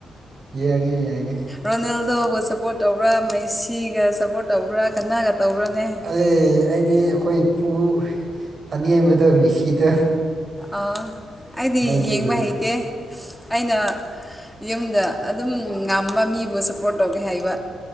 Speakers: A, on the right; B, in the centre.
A: ꯌꯦꯡꯉꯦ ꯌꯦꯡꯉꯤ꯫
B: ꯔꯣꯅꯥꯜꯗꯣꯕꯨ ꯁꯞꯄꯣꯔꯠ ꯇꯧꯕ꯭ꯔꯥ ꯃꯩꯁꯤꯒ ꯁꯞꯄꯣꯔꯠ ꯇꯧꯕ꯭ꯔꯥ ꯀꯟꯅꯒ ꯇꯧꯕ꯭ꯔꯥꯅꯦ꯫
A: ꯑꯩ ꯑꯩꯗꯤ ꯑꯩꯈꯣꯏ ꯏꯄꯨ ꯑꯅꯦꯝꯕꯗꫭ ꯃꯤꯁꯤꯗꯣ꯫
B: ꯑ ꯑꯩꯗꯤ
A: ꯅꯪꯗꯤ
B: ꯌꯦꯡꯕ ꯍꯩꯇꯦ ꯑꯩꯅ ꯌꯨꯝꯗ ꯑꯗꯨꯝ ꯉꯝꯕ ꯃꯤꯕꯨ ꯁꯞꯄꯣꯔꯠ ꯇꯧꯒꯦ ꯍꯥꯏꯕ꯫